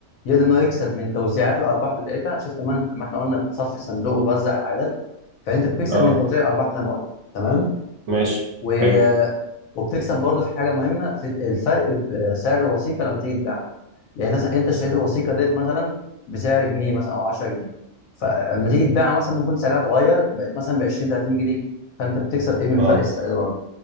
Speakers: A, on the left; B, on the right.
A: يقدر إن هو يكسب من توزيعات الأرباح بتاعتها شفت ما, انت... ما إحنا قلنا بتصفي صندوق وتوزع العائدات فأنت بتكسب
B: اه
A: من توزيع الأرباح زي ما قلنا تمام؟
B: ماشي
A: و...
B: حلو
A: وبتكسب برضه في حاجة مهمة في الفرق في سعر الوثيقة لما تيجي تبيعها يعني مثلا أنت اشتريت الوثيقة ديت مثلا بسعر جنيه مثلا أو 10 جنيه فلما تيجي تبيعها مثلا ممكن سعرها اتغير بقت مثلا ب 20 30 جنيه فأنت بتكسب إيه من
B: اه
A: فرق السعر ده برضه